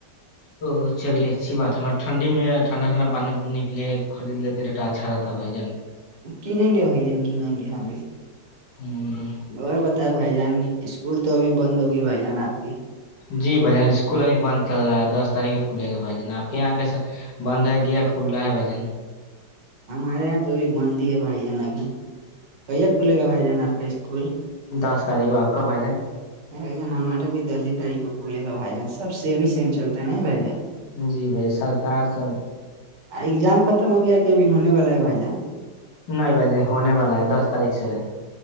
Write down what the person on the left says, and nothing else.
او چلیے اچھی بات ہے ہم ٹھنڈی میں ٹھنڈا ٹھنڈا پانی پنے کے لیے خرید لیتے ک اچھا رہاتا بائی جان
ہوں
جی بھائی جان اسکول ابھی بند چل رہا ہے دس تاریخ کھلے گا بھائی جان آپ کے یہاں کیسا بند ہے کیا کھل رہا ہے بھجن
دس تاریخ کو آپ کا بھائی
جی بھائی جان سرکار سب
نہیں بھائی جن ہونے والا ہے دس تاریخ سے ہے